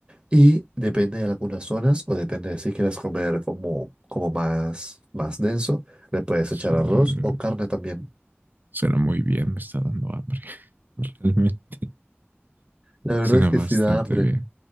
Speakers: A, on the right; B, on the right.
A: y depende de algunas zonas o depende de si quieres comer como, como más, más denso, le puedes
B: su-
A: echar arroz o carne también.
B: suena muy bien, me está dando hambre. <laughs> Realmente.
A: La verdad
B: Suena
A: es que
B: bastante
A: sí da hambre,
B: bien.